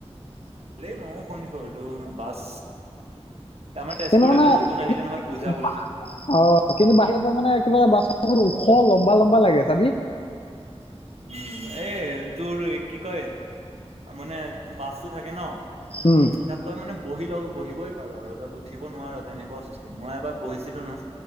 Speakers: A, on the right; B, on the left.
A: মইও শুনিছো এইটো বাছ। আমাৰ তেজপুৰত
B: কিন্তু মানে
A: এটা নতুন
B: <unintelligible>
A: আহিলে নহয় পূজা বুলি
B: অ কিন্তু বাহিৰ পৰা মানে। কিবা বাছখন <unintelligible> ওখ লম্বা-লম্বা লাগে চাবি।
A: উম এ তোৰ কি কয় মানে। বাছটো থাকে ন
B: উম
A: তাত তই মানে বহি লগ বহিবই পাৰো আৰু তাত উঠিব নোৱাৰো তেনেকুৱা চিষ্টেম মই এবাৰ বহিছিলো নহয়।